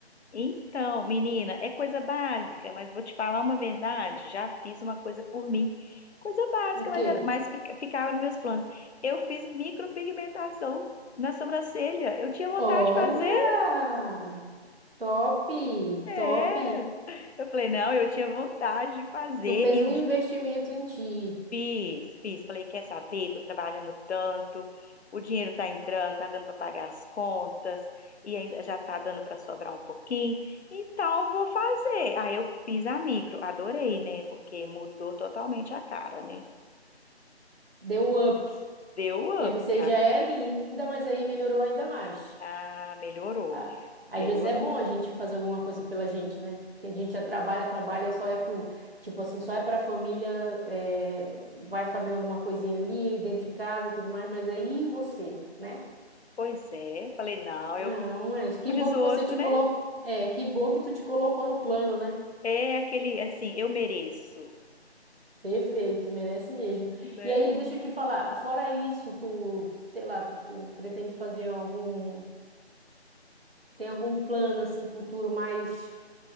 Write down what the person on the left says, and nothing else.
Então, menina, é coisa básica, mas vou te falar uma verdade. Já fiz uma coisa por mim. Coisa básica,
mas, era, mas fica- ficava nos meus planos. Eu fiz micropigmentação na sobrancelha. Eu tinha vontade
de fazer.
É.
Eu falei, não, eu tinha vontade de fazer.
E
o
Fiz, fiz. Falei, quer saber? Tô trabalhando tanto, o dinheiro tá entrando, tá dando para pagar as contas e ainda já tá dando para sobrar um pouquinho. Então vou fazer. Aí eu fiz a micro, adorei, né? Porque mudou totalmente a cara, né?
Deu up,
minha
filha.
Ah, melhorou,
melhorou.
Pois é, falei, não,
eu,
como
diz
o
outro,
né?
É aquele assim, eu mereço,
né?